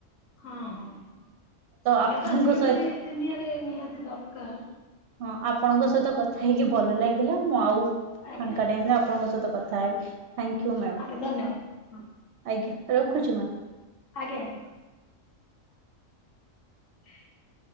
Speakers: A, on the left; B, on the right.
A: ହଁ ହଁ ଶିକ୍ଷା
B: ଆପଣଙ୍କ
A: ତ ଆଜିକାଲି
B: ସହିତ
A: ଦୁନିଆରେ ନିହାତି ଦରକାର।
B: ହଁ ଆପଣଙ୍କ ସହିତ କଥା ହେଇକି ଭଲ ଲାଗିଲା ମୁଁ ଆଉ
A: ଆଜ୍ଞା
B: ଫାଙ୍କା ଟାଇମ୍ ରେ ଆ ଆପଣଙ୍କ ସହିତ କଥା ହେବି। ଥ୍ୟାଙ୍କ ୟୁ ମ୍ୟାମ,
A: ଆଜ୍ଞା ଧନ୍ୟବାଦ ହଁ
B: ଆଜ୍ଞା ରଖୁଚି ମ୍ୟାମ।
A: ଆଜ୍ଞା ଆଜ୍ଞା। <inaudible>